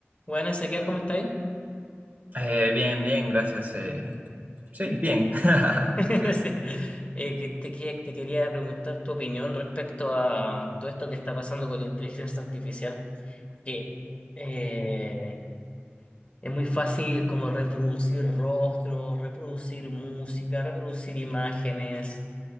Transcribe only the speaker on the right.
Eh, bien, bien, gracias. eh, Sí, bien. <laughs>